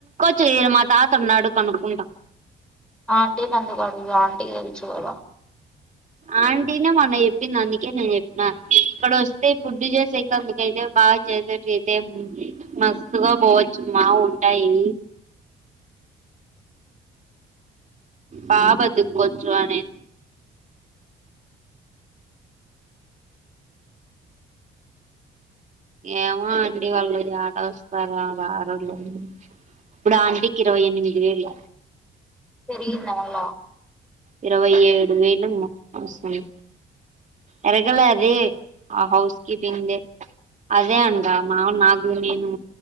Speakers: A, on the right; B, in the centre.
A: చే మా తాత ఉనాడు కనుకుంటా
B: ఆంటీ పందుకడు ఆంటీకి తెలుసు కూడా
A: ఆంటిన మొన్న ఎప్పిన నన్నకే నేను చెప్పినా ఇక్కడ వస్తే ఫుడ్ చేసేయి క మీకైతే బాగా చేసేట్యితే మస్తుత్గా పోవచ్చు మా ఉంటాయి పాపదు కొంచవానేే ఏమో అండి వాళ్ళు ఆడ వస్తారా రారులో ఇప్పుడు ఆంటికి ఇరవై ఎనిమిది వేలు
B: తెరిందా మళ్ళ
A: ఇరవై ఏడు వేలు మొత్తం వస్తుంది ఇరగలే అద హౌస్ కీపింగిందె అదే అంట మా నాకు నేను